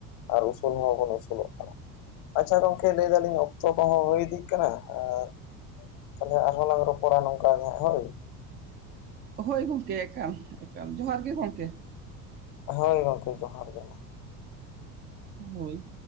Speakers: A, on the left; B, on the right.
A: ᱟᱨ ᱩᱥᱩᱞ ᱦᱚᱸᱵᱚᱱ ᱩᱥᱩᱞᱚᱜ ᱠᱟᱱᱟ ᱟᱪᱪᱷᱟ ᱜᱚᱝᱠᱮ ᱞᱟᱹᱭ ᱫᱟᱞᱤᱧ ᱚᱠᱛᱚ ᱠᱚᱦᱚᱸ ᱦᱩᱭ ᱤᱫᱤᱜ ᱠᱟᱱᱟ ᱟᱨ ᱛᱟᱦᱚᱞᱮ ᱟᱨᱦᱚ ᱞᱟᱝ ᱨᱚᱯᱚᱲᱟ ᱱᱚᱝᱠᱟ ᱜᱮ ᱦᱳᱭ
B: ᱦᱳᱭ ᱜᱚᱢᱠᱮ ᱮᱠᱟᱞ ᱮᱠᱟᱞ ᱡᱚᱦᱟᱨ ᱜᱮ ᱜᱚᱢᱠᱮ
A: ᱦᱳᱭ ᱜᱚᱢᱠᱮ ᱡᱚᱦᱟᱨ ᱜᱮ ᱢᱟ
B: ᱦᱳᱭ